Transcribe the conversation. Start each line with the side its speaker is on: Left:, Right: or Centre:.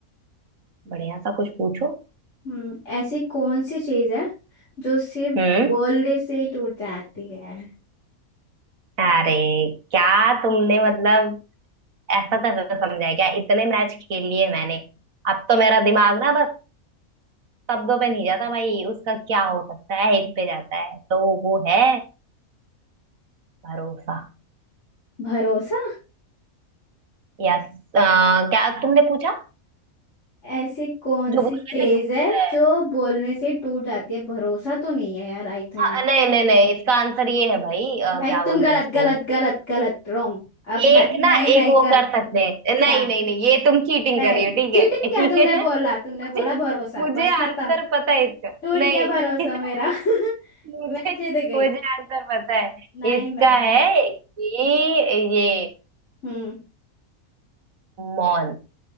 Right: बढ़िया सा कुछ पूछो
Left: हम्म ऐसी कौन सी चीज है जो सिर्फ
Right: हम्म
Left: बोलने से ही टूट जाती है
Right: अरे क्या तुमने मतलब ऐसा तैसा समझा है क्या इतने मैच खेल लिए मैंने अब तो मेरा दिमाग ना बस शब्दों पे नहीं जाता भाई उसका क्या हो सकता है इस पे जाता है तो वो है भरोसा
Left: भरोसा
Right: यस क्या तुमने पूछा
Left: ऐसी कौन
Right: जो
Left: सी
Right: बोल
Left: चीज
Right: रहे थे
Left: है जो बोलने से ही टूट जाती है भरोसा तो नहीं है यार आई थिंक।
Right: हाँ, नहीं नहीं नहीं इसका आंसर ये है भाई अ,
Left: भाई
Right: क्या
Left: तुम
Right: बोलते
Left: गलत
Right: हैं उसको
Left: गलत गलत गलत रॉन्ग अब
Right: एक
Left: मैं
Right: ना
Left: नहीं नहीं
Right: एक वो
Left: कर
Right: कर सकते हैं
Left: क्या
Right: नहीं नहीं नहीं ये तुम चीटिंग
Left: नहीं
Right: कर रही हो ठीक
Left: चीटिंग क्या तुमने बोला
Right: है <laughs>
Left: तुमने बोला
Right: मुझे
Left: भरोसा
Right: मुझे
Left: बस खत्म
Right: आंसर पता है इसका
Left: टूट
Right: नहीं
Left: गया भरोसा
Right: <laughs>
Left: मेरा <laughs>
Right: मुझे
Left: मैं जीत गई
Right: मुझे आंसर पता है
Left: नहीं
Right: इसका
Left: नहीं
Right: है कि ये
Left: हम्म
Right: मौन